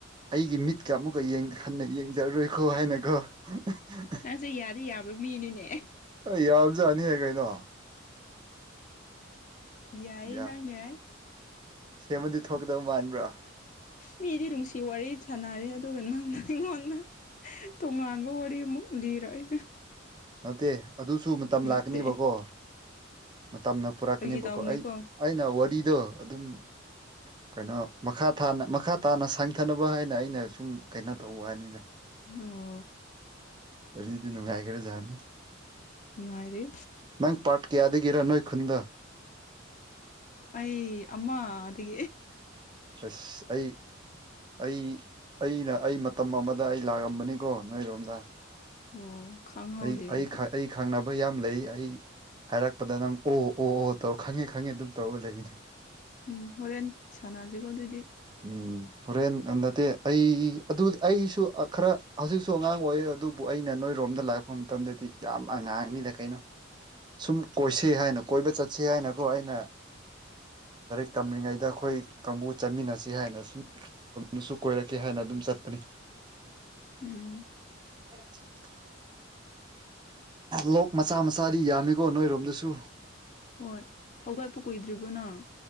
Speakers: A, on the right; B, on the left.
A: ꯑꯩꯒꯤ ꯃꯤꯠꯀ ꯑꯃꯨꯛꯀ ꯍꯟꯅ ꯌꯦꯡꯖꯔꯔꯣꯏꯈꯣ ꯍꯥꯏꯅꯒꯣ <unintelligible>
B: ꯅꯪꯁꯦ ꯌꯥꯗꯤ ꯌꯥꯕ ꯃꯤꯅꯤꯅꯦ
A: ꯑꯩ ꯌꯥꯝꯖꯅꯤꯍ ꯀꯩꯅꯣ
B: ꯌꯥꯏꯌꯦ
A: ꯌꯥ
B: ꯅꯪ ꯌꯥꯏ
A: ꯁꯦꯝꯃꯗꯤ ꯊꯣꯛꯀꯗꯕ ꯃꯥꯟꯕ꯭ꯔꯣ
B: ꯃꯤꯗꯤ ꯅꯨꯡꯁꯤ ꯋꯥꯔꯤ ꯁꯥꯟꯅꯔꯦ ꯑꯗꯨꯒ ꯅꯪꯅ ꯑꯩꯉꯣꯟꯗ ꯇꯣꯉꯥꯟꯕ ꯋꯥꯔꯤ ꯑꯃꯨꯛ ꯂꯤꯔꯛꯑꯦ
A: ꯅꯠꯇꯦ ꯑꯗꯨꯁꯨ ꯃꯇꯝ
B: ꯅꯠꯇꯦ
A: ꯂꯥꯛꯀꯅꯦꯕꯀꯣ ꯃꯇꯝꯅ ꯄꯨꯔꯛꯀꯅꯦꯕꯀꯣ
B: ꯐꯥꯒꯤ ꯇꯧꯕꯅꯤꯀꯣ
A: ꯑꯩ ꯑꯩꯅ ꯋꯥꯔꯤꯗꯣ ꯑꯗꯨꯝ ꯀꯩꯅꯣ ꯃꯈꯥ ꯊꯥꯅ ꯃꯈꯥ ꯇꯥꯅ ꯁꯥꯡꯊꯅꯕ ꯍꯥꯏꯅ ꯑꯩꯅ ꯁꯨꯝ ꯀꯩꯅꯣ ꯇꯧꯕ ꯋꯥꯅꯤꯗ
B: ꯑꯣ
A: ꯋꯥꯔꯤꯗꯤ ꯅꯨꯡꯉꯥꯏꯈ꯭ꯔꯖꯥꯅꯤ
B: ꯅꯨꯡꯉꯥꯏꯔꯤ
A: ꯅꯪ ꯄꯥꯔꯠ ꯀꯌꯥꯗꯒꯤꯔ ꯅꯣꯏ ꯈꯨꯟꯗ
B: ꯑꯩ ꯑꯃ ꯑꯗꯒꯤ
A: ꯑꯁ ꯑꯩ ꯑꯩ ꯑꯩꯅ ꯑꯩ ꯃꯇꯝ ꯑꯃꯗ ꯑꯩ ꯂꯥꯛꯑꯝꯕꯅꯤꯀꯣ ꯅꯣꯏꯔꯣꯝꯗ
B: ꯑꯣ ꯈꯪꯍꯧꯗꯦ
A: ꯑꯩ
B: ꯑꯩꯗꯤ
A: ꯑꯩ ꯈꯪꯅꯕ ꯌꯥꯝ ꯂꯩ ꯑꯩ ꯍꯥꯏꯔꯛꯄꯗ ꯅꯪ ꯑꯣ ꯑꯣ ꯑꯣ ꯇꯧꯔ ꯈꯪꯉꯦ ꯈꯪꯉꯦ ꯑꯗꯨꯝ ꯇꯧꯔꯒ ꯂꯩꯔꯤꯅꯤ
B: ꯎꯝ ꯍꯣꯔꯦꯟ ꯁꯥꯟꯅꯁꯤꯀꯣ ꯑꯗꯨꯗꯤ
A: ꯎꯝ ꯍꯣꯔꯦꯟ ꯅꯠꯇꯦ ꯑꯩ ꯑꯗꯨ ꯑꯩꯁꯨ ꯈꯔ ꯍꯧꯖꯤꯛꯁꯨ ꯑꯉꯥꯡ ꯑꯣꯏ ꯑꯗꯨꯕꯨ ꯑꯩꯅ ꯅꯣꯏꯔꯣꯝꯗ ꯂꯥꯛꯄ ꯂꯥꯛꯄ ꯃꯇꯝꯗꯗꯤ ꯌꯥꯝ ꯑꯉꯥꯡꯅꯤꯅ ꯀꯩꯅꯣ ꯁꯨꯝ ꯀꯣꯏꯁꯤ ꯍꯥꯏꯅ ꯀꯣꯏꯕ ꯆꯠꯁ ꯍꯥꯏꯅꯀꯣ ꯑꯩꯅ ꯂꯥꯏꯔꯤꯛ ꯇꯝꯂꯤꯔꯤꯉꯩꯗ ꯑꯩꯈꯣꯏ ꯀꯥꯡꯕꯨ ꯆꯠꯃꯤꯟꯅꯁꯤ ꯍꯥꯏꯅ ꯁꯨꯝꯅꯁꯨ ꯀꯣꯏꯔꯛꯀꯦ ꯍꯥꯏꯅ ꯑꯗꯨꯝ ꯆꯠꯄꯅꯤ
B: ꯎꯝ
A: <unintelligible> ꯂꯣꯛ ꯃꯆꯥ ꯃꯆꯥꯗꯤ ꯌꯥꯝꯃꯤꯀꯣ ꯅꯣꯏꯔꯣꯝꯗꯁꯨ
B: ꯍꯣꯏ ꯍꯧꯒꯠꯄ ꯀꯨꯏꯗ꯭ꯔꯤꯕꯅꯪ